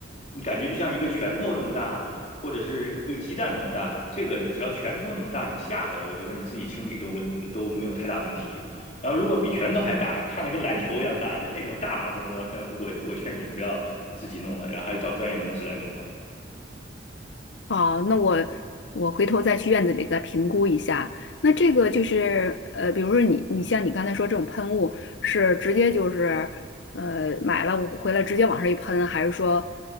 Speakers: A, on the left; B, on the left.
A: 你感觉就像一个拳头那么大，或者是一个鸡蛋那么大，这个只要拳头那么大以下的，我觉得你自己清理都问都没有太大问题。然后如果比拳头还大，看得跟篮球一样大，那那种大马蜂窝，那我我劝你不要自己弄了，然后还是找专业公司来弄吧。
B: 好，那我我回头再去院子里再评估一下。那这个就是呃，比如说你你像你刚才说这种喷雾是直接就是呃买了我回来直接往上一喷，还是说